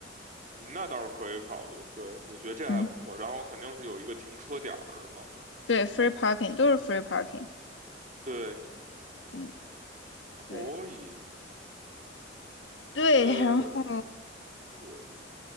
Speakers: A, on the right (about 45°); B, on the left (about 80°).
A: 嗯，那倒是可以考虑，对，我觉得这还不错。
B: 嗯，
A: 然后肯定是有一个停车点儿的嘛，
B: 对，free parking 都是 free parking，
A: 对，
B: 嗯，
A: 可以。
B: 对对，
A: 呃，
B: 然后
A: 对，